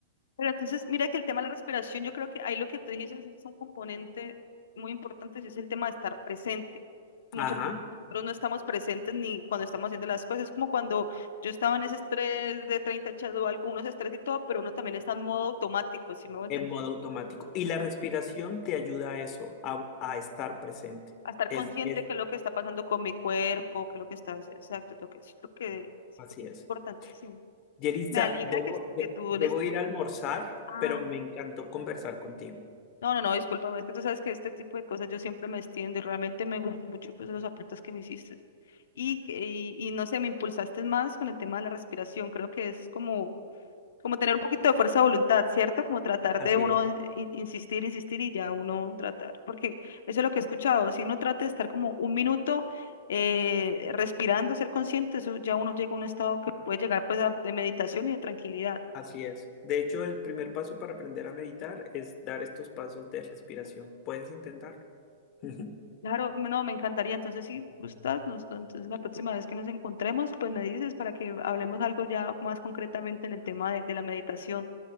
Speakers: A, on the left (about 70°); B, on the left (about 30°).
A: Pero entonces, mira que el tema de la respiración, yo creo que ahí lo que tú dices es un componente muy importante, sí es el tema de estar presente. Muchas
B: Ajá,
A: veces nosotros no estamos presentes ni cuando estamos haciendo las cosas. Es como cuando yo estaba en ese estrés de 30 echado algo, uno es estrés y todo, pero uno también está en modo automático, si me voy a entender.
B: en modo automático. Y la respiración te ayuda a eso, a, a estar presente.
A: A estar
B: Es,
A: consciente
B: es,
A: que es lo que está pasando con mi cuerpo, que es lo que está, exacto, es lo que es lo que, es
B: así
A: lo que es
B: es.
A: importantísimo.
B: Yeritza,
A: Me alegra
B: debo,
A: que,
B: de-
A: que tú
B: debo
A: les...
B: ir a almorzar,
A: Ah,
B: pero me encantó conversar contigo.
A: No, no, no, discúlpame, es que tú sabes que este tipo de cosas yo siempre me extiendo y realmente me gustó mucho pues, los aportes que me hiciste. Y, que- y, y no sé, me impulsaste más con el tema de la respiración. Creo que es como, como tener un poquito de fuerza de voluntad, ¿cierto? Como tratar
B: Así
A: de uno
B: es.
A: eh, in- insistir, insistir y ya uno tratar. Porque eso es lo que he escuchado. Si uno trata de estar como un minuto eh, respirando, ser consciente, eso ya uno llega a un estado que puede llegar pues a- de meditación y de tranquilidad.
B: Así es. De hecho, el primer paso para aprender a meditar es dar estos pasos de respiración. ¿Puedes intentarlo? <laughs>
A: Claro, no, me encantaría. Entonces, si gustas, nos, no, entonces la próxima vez que nos encontremos, pues me dices para que hablemos algo ya más concretamente en el tema de, de la meditación.